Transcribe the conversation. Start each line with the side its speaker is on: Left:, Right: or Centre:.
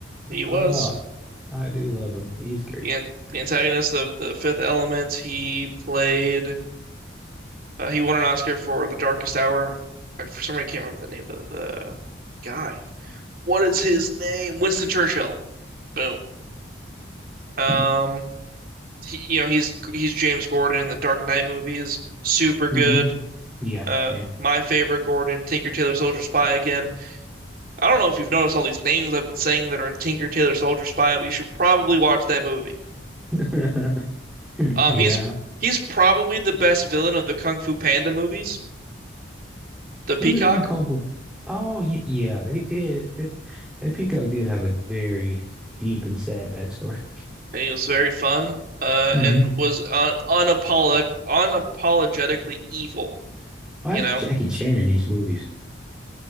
Right: He was
Centre: Oh, I do love him. He's great.
Right: the, the antagonist of The Fifth Element. He played. Uh, he won an Oscar for The Darkest Hour. For some reason, I can't remember the name of the guy. What is his name? Winston Churchill. Boom.
Centre: <laughs>
Right: Um, he, you know, he's he's James Gordon in the Dark Knight movies. Super good.
Centre: hmm Yeah,
Right: Uh,
Centre: yeah.
Right: my favorite Gordon, Tinker Tailor Soldier Spy again. I don't know if you've noticed all these names I've been saying that are in Tinker Tailor Soldier Spy, but you should probably watch that movie.
Centre: <laughs>
Right: Um,
Centre: Yeah.
Right: he's he's probably the best villain of the Kung Fu Panda movies, the Peacock,
Centre: Who was he in Kung Fu? Oh, yeah. Yeah. It, it, it, that Peacock did have a very deep and sad backstory.
Right: and he was very fun. Uh,
Centre: <laughs> hmm
Right: and was uh, unapolog unapologetically evil.
Centre: Why
Right: You
Centre: is
Right: know,
Centre: Jackie Chan in these movies?